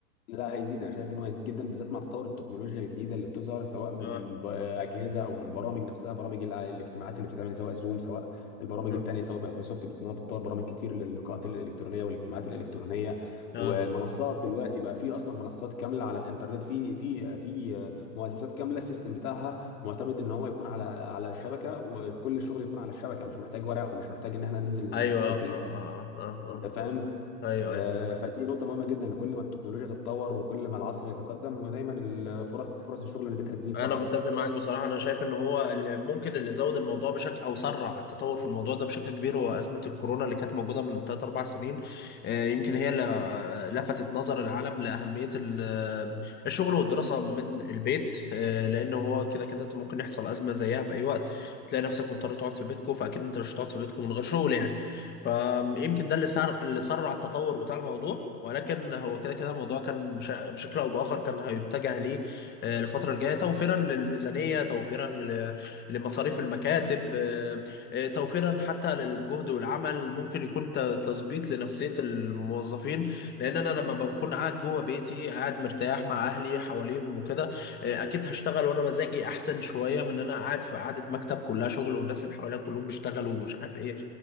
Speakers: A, on the left; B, on the left.
A: لا هيزيد انا شايف ان هو هيزيد جدا بالذات مع تطور التكنولوجيا الجديده اللي بتظهر سواء من
B: اه
A: ب- اجهزه او من برامج نفسها برامج ال- الاجتماعات اللي بتتعمل سواء زوم سواء البرامج
B: اه
A: التانيه سواء مايكروسوفت بت- بتطور برامج كتير للقاءات الالكترونيه والاجتماعات الالكترونيه
B: آه.
A: والمنصات دلوقتي بقى في اصلا منصات كامله على الانترنت في في في مؤسسات كامله السيستم بتاعها معتمد ان هو يكون على على الشبكه وكل الشغل يكون على الشبكه مش محتاج ورق ومش محتاج ان احنا ننزل
B: ايوه
A: نشتغل
B: اه
A: في ال-
B: اه اه اه
A: انت فاهم
B: اه ايوه
A: آه،
B: ايوه
A: فدي نقطة مهمة جدا ان كل ما التكنولوجيا تتطور وكل ما العصر يتقدم دايما الفرص فرص الشغل من البيت هتزيد
B: انا
A: طبعا
B: متفق معاك بصراحه انا شايف ان هو اللي ممكن اللي زود الموضوع بشكل او سرع التطور في الموضوع ده بشكل كبير هو ازمه الكورونا اللي كانت موجوده من 3 4 سنين آه، يمكن هي اللي آه، لفتت نظر العالم لاهميه ال- آه، الشغل والدراسه من البيت آه، لان هو كده كده انت ممكن يحصل ازمه زيها في اي وقت تلاقي نفسك مضطر تقعد في بيتكو فاكيد انت مش هتقعد في بيتكو من غير شغل يعني فيمكن ده اللي سر اللي سرع التطور بتاع الموضوع ولكن هو كده كده الموضوع كان بش- بشكل او باخر كان هيتجه ليه آه، الفترة الجاية توفيرا للميزانية توفيرا ل- لمصاريف المكاتب آه، آه، توفيرا حتى للجهد والعمل ممكن يكون ت- تظبيط لنفسية الموظفين لأن أنا لما بكون قاعد جوه بيتي قاعد مرتاح مع أهلي حواليهم وكده آه، أكيد هشتغل وأنا مزاجي أحسن شوية من إن أنا قاعد في قعدة مكتب كلها شغل والناس اللي حواليا كلهم بيشتغلوا ومش عارف إيه